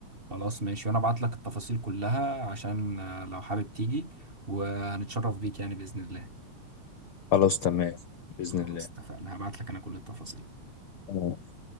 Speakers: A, on the right; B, on the left.
A: خلاص ماشي وانا ابعت لك التفاصيل كلها عشان آه، لو حابب تيجي وهنتشرف بيك يعني باذن الله
B: خلاص تمام بإذن
A: خلاص
B: الله
A: اتفقنا هبعت لك انا كل التفاصيل
B: آه.